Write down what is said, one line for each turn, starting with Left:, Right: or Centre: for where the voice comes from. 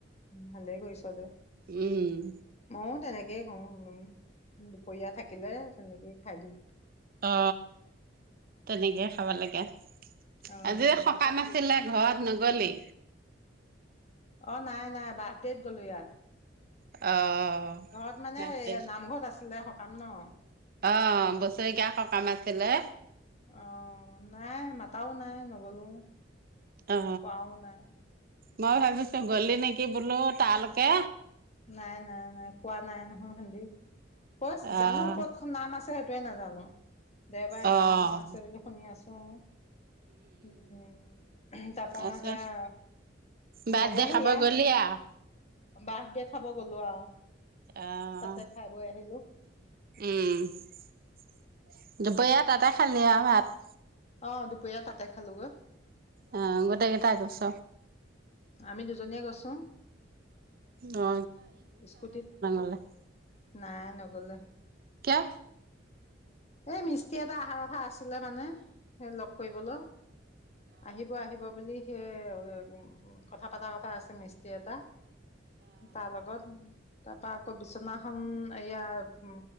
Left: ভালে কৰিছ দে।
Right: উম।
Left: ময়ো তেনেকেই কও উম, দুপৰীয়া থাকিলে তেনেকেই খাই দিওঁ।
Right: অ, তেনেকেই খাবা লাগে
Left: অ',
Right: আজি সকাম ছিলে ঘৰত ন'গলি।
Left: অ, নাই নাই বাৰ্থডেত গ'লো ইয়াত।
Right: অ'।
Left: ঘৰত মানে
Right: পাইছে।
Left: এইয়া নামঘৰত আছিলে সকাম ন?
Right: অ, বছৰেকীয়া সকাম আছিলে।
Left: অ, নাই মাতাও নাই নগ'লো।
Right: অ,
Left: কোৱাও নাই।
Right: মই ভাবিছো গ'লি নেকি বোলো তালকে।
Left: নাই নাই নাই কোৱা নাই নহয় হেন্দি কচ
Right: অ'
Left: জানো ক'ত এখন নাম আছে সেইটোৱে নাজানো দেওবাৰে
Right: অ'
Left: নাম এখন আছে বুলি শুনি আছো আৰু। উম। তাৰপা
Right: তাৰপিছত
Left: সেয়া
Right: বাৰ্থডে
Left: নগলো
Right: খাব
Left: এয়া
Right: গ'লি আৰু?
Left: বাৰ্থডেত খাব গ'লো আৰু
Right: অ'
Left: তাতে খাই বৈ আহিলো।
Right: উম, দুপৰীয়া তাতে খালি আৰু ভাত,
Left: অ, দুপৰীয়া তাতে খালোগৈ।
Right: অ, গোটেই কেইটা গৈচ'?
Left: আমি দুজনীয়ে গৈছোঁ।
Right: অ,
Left: স্কুটিত।
Right: <unintelligible>
Left: নাই নগলে
Right: ক্য়া?
Left: এই মিস্ত্ৰী এটা আহাৰ কথা আছিলে মানে সেই লগ কৰিবলৈও আহিব আহিব ব বুলি সেই উম, কথা পতা কথা আছে মিস্তি এটা। তাৰ লগত তাৰপা আকৌ বিচনা খন এয়া উম,